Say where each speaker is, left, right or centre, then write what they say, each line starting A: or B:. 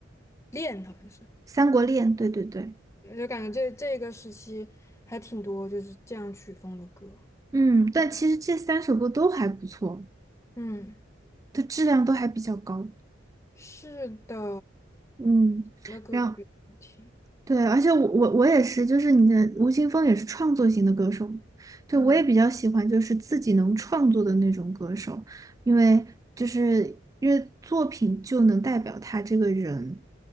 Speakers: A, on the left (about 15°); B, on the right (about 15°).
A: 《恋》好像是，
B: 《三国恋》，对对对，
A: 就感觉这这个时期还挺多就是这样曲风的歌。
B: 嗯，但其实这三首歌都还不错，
A: 嗯，
B: 它质量都还比较高。
A: 是的，
B: 嗯，
A: 以前的歌都比较好听。
B: 然对，而且我我我也是，就是你的吴青峰也是创作型的歌手，对，
A: 嗯。
B: 我也比较喜欢就是自己能创作的那种歌手，因为就是因为作品就能代表他这个人，